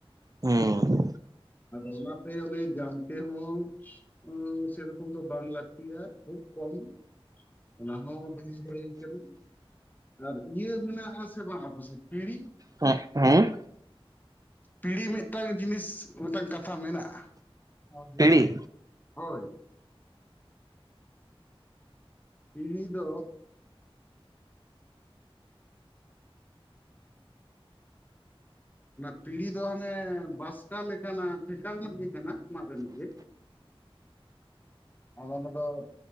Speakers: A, on the right; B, on the left.
A: ᱩᱸ᱾
B: ᱟᱫᱚ ᱚᱱᱟᱛᱮ ᱚᱱᱮ ᱡᱟᱢᱛᱮ ᱦᱚᱸ ᱚ ᱥᱮᱨᱚᱠᱚᱢ ᱫᱚ ᱵᱟᱝ ᱞᱟᱠᱛᱤᱜᱼᱟ ᱠᱷᱩᱵ ᱠᱚᱢ ᱚᱱᱟ ᱦᱚᱸ ᱛᱟᱦᱮᱸ ᱦᱩᱭ ᱠᱟᱱᱟ᱾ ᱟᱨ ᱤᱭᱟᱹ ᱢᱮᱱᱟᱜᱼᱟ ᱥᱮ ᱵᱟᱝ ᱟᱯᱮᱥᱮᱫ ᱯᱤᱲᱦᱤ?
A: ᱦᱮᱸ ᱦᱮᱸ?
B: ᱯᱤᱲᱦᱤ ᱢᱤᱫᱴᱟᱝ ᱡᱤᱱᱤᱥ ᱢᱤᱫᱴᱟᱝ ᱠᱟᱛᱷᱟ ᱢᱮᱱᱟᱜᱼᱟ ᱡᱤᱥ
A: ᱯᱤᱲᱤ
B: ᱜᱮ ᱦᱳᱭ᱾ ᱯᱤᱲᱦᱤ ᱫᱚ ᱚᱱᱟ ᱯᱤᱲᱦᱤ ᱫᱚ ᱦᱟᱸᱱᱮ ᱵᱟᱥᱠᱟ ᱞᱮᱠᱟᱱᱟ ᱴᱷᱮᱠᱟ ᱨᱮᱱᱟᱜ ᱜᱮ ᱠᱟᱱᱟ ᱢᱟᱫ ᱨᱮᱱᱟᱜ ᱜᱮ ᱟᱫᱚ ᱚᱸᱰᱮ ᱫᱚ